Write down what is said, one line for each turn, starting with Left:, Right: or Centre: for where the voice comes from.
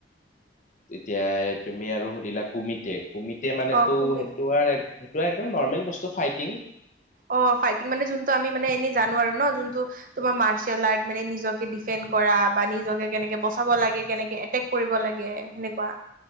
Left: তেতিয়াই তুমি আৰু সুধিলা কুমিতেক কুমিতে মানেটো,
Right: অ কুমি
Left: সেইটো আৰু এক সেইটো আৰু একদম নৰ্মেল বস্তু ফাইটিং।
Right: অঁ ফাইটিং মানে জোনটো আমি মানে এনে জানো আৰু ন জোনটো তোমাৰ মাৰ্চিয়েল আৰ্ট মানে নিজকে দিফেণ্ড কৰা বা নিজকে কেনেকে বচাব লাগে, কেনেকে এটেক কৰিব লাগে, শেনেকুৱা।